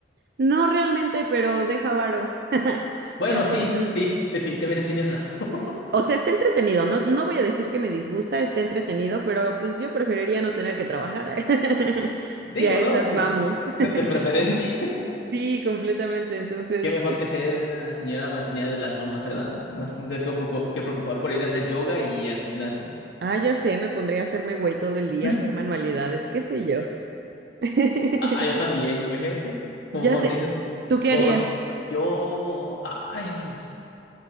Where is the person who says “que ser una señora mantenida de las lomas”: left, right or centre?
Left